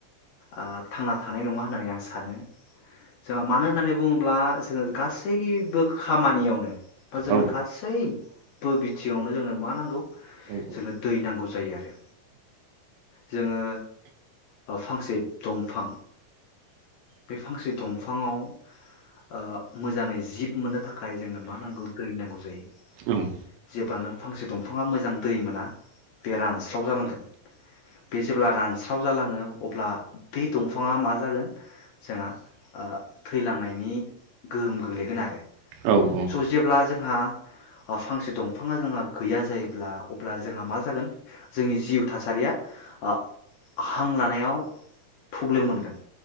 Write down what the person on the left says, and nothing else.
ओ थांना थानाय नङा होननानै आं सानो। जोंहा मानो होननानै बुङोब्ला जोङो गासैबो खामानियावनो बा जोंनो
गासै बो बिथिंआवनो जोंनो मा नांगौ?
जोंनो दै नांगौ जायो आरो जोङो ओ दंफां बे फांसे दंफाङाव ओ मोजाङै जिब मोननो थाख खाय जोंनो मा नांगौ दै नांगौ जायो
जेब्लानो फांसे दंफाङा मोजां दै मोना बे रानस्राव जालांगोन। बे जेब्ला रानस्राव जालाङो अब्ला बे दंफाङा मा जागोन जोंहा ओ थैलांनायनि गोहोम गोग्लैगोन आरो।
स' जेब्ला जोंहा ओ फांसे दंफाङा जोंहा गैया जायोब्ला अब्ला जोंहा मा जागोन जोंनि जिउ थासारिया ओ हां लानायाव प्रब्लेम मोनगोन।